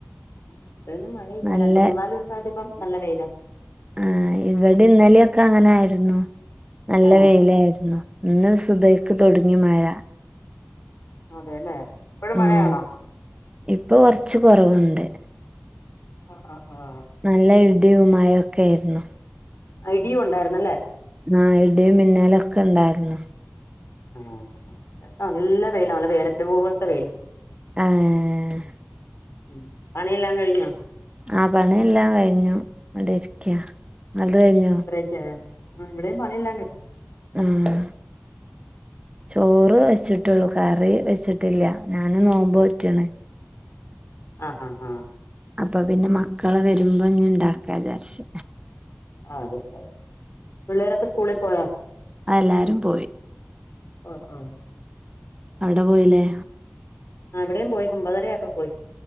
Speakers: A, on the left; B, on the right.
A: ഇവിടെന്നും മഴയില്ല
B: നല്ല
A: രണ്ട് മൂന്നാല് ദിവസം ആയിട്ട് ഇപ്പം നല്ല വെയില
B: ആഹ് ഇവടിം ഇന്നലെയൊക്കെ അങ്ങനൊയിരുന്നു നല്ല
A: ആ
B: വെയിലായിരുന്നു ഇന്ന് സുബയ്ക്ക് തൊടങ്ങി മഴ
A: അതേലെ ഇപ്പഴും
B: ഉം
A: മഴയാണോ
B: ഇപ്പൊ കൊറച്ച് കൊറവുണ്ട്
A: അഹ് ആഹ് ആഹ്
B: നല്ല ഇടിയും മയഒക്കെയായിരുന്നു
A: ഇടിയും ഉണ്ടായിരുന്നല്ലേ
B: ആഹ് ഇടിയും മിന്നാലൊക്കെണ്ടായിരുന്നു
A: ആഹ് ആഹ് പ്പ നല്ല വെയില നല്ല വേനല് പോലൊത്തെ വെയില്
B: ആഹ് ഏഹ്
A: ഉം പണിയെല്ലാം കഴിഞ്ഞോ
B: ആഹ് പണിയെല്ലാം കഴിഞ്ഞു ഇവിടെ ഇരിക്ക ഇങ്ങളത് കഴിഞ്ഞോ
A: യാ യാ ആഹ് ഇവിടെയും പണിയെല്ലാം കഴി
B: ആഹ് ചോറ് വെച്ചിട്ടൊള്ളൂ കറി വെച്ചിട്ടില്ല ഞാന് നോമ്പോറ്റ്ണ്
A: ആഹ് ആഹ് ആഹ്
B: അപ്പൊ പിന്നെ മക്കള് വരുമ്പോ ഇഞ് ഇണ്ടാക്കാ വിചാരിച്ച്
A: ആഹ് അത്ട്ടാമതി പിള്ളേരൊക്കെ സ്കൂളിൽ പോയോ
B: ആഹ് എല്ലാരും പോയി
A: ഓഹ് ആഹ്
B: അവടെ പോയില്ലേ
A: ആഹ് ഇവിടേം പോയി ഒമ്പതര ആയപ്പോ പോയി